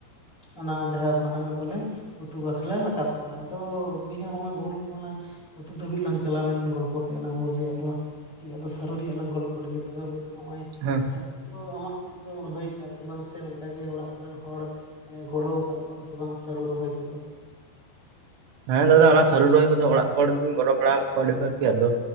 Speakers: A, on the left; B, on the right.
A: ᱚᱱᱟ ᱡᱟᱦᱟᱸ ᱢᱟᱨᱟᱝᱼᱟᱜ ᱫᱚᱞᱮ ᱩᱛᱩ ᱵᱟᱠᱷᱨᱟ ᱞᱮ ᱨᱟᱠᱟᱵ ᱠᱟ᱾ ᱟᱫᱚ ᱵᱚᱭᱦᱟ ᱦᱚᱸᱜ-ᱚᱭ ᱳᱞ ᱠᱚᱞᱟᱝ ᱩᱛᱩ ᱫᱷᱟᱹᱵᱤᱡ ᱞᱟᱝ ᱪᱟᱞᱟᱣᱮᱱ ᱜᱚᱞᱯᱚ ᱠᱮᱫᱼᱟ ᱞᱟᱝ ᱳᱞ ᱨᱮᱭᱟᱜ ᱫᱚ ᱠᱟᱹᱴᱤᱡ ᱟᱫᱚ ᱥᱟᱹᱨᱩ ᱨᱮᱭᱟᱜ ᱞᱟᱝ ᱜᱚᱞᱯᱚ ᱞᱮᱜᱮ ᱛᱚᱵᱮ ᱾ᱱᱚᱜ-ᱚᱭ
B: ᱦᱮᱸ
A: ᱩᱱᱠᱩ ᱫᱚ ᱟᱢᱟᱜ ᱛᱤ ᱛᱮᱫᱢ ᱨᱚᱦᱚᱭ ᱠᱟᱜᱼᱟ ᱥᱮ ᱵᱟᱝ ᱥᱮ ᱚᱱᱠᱟᱜᱮ ᱚᱲᱟᱜ ᱠᱚᱨᱮᱱ ᱦᱚᱲ ᱮᱸ ᱜᱚᱲᱚᱣ ᱠᱟᱜ ᱠᱚᱣᱟᱢ ᱥᱮ ᱵᱟᱝ ᱥᱟᱹᱨᱩ ᱨᱚᱦᱚᱭ ᱠᱚᱫᱚ?
B: ᱦᱮᱸ ᱫᱟᱫᱟ ᱚᱱᱟ ᱥᱟᱹᱨᱩ ᱨᱚᱦᱚᱭ ᱠᱚᱫᱚ ᱚᱲᱟᱜ ᱦᱚᱲ ᱜᱤᱧ ᱜᱚᱨᱚ ᱵᱟᱲᱟᱣᱟᱜ ᱠᱚᱣᱟ ᱟᱹᱰᱤ ᱵᱷᱟᱹᱨ ᱜᱮ ᱟᱫᱚᱼᱼ